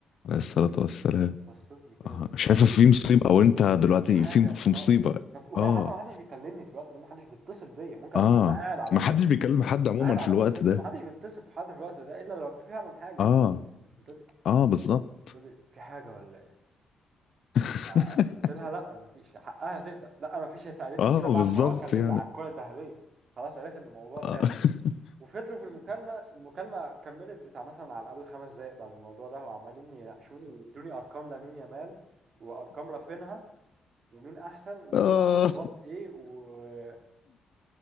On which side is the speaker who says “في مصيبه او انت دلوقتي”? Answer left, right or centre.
Left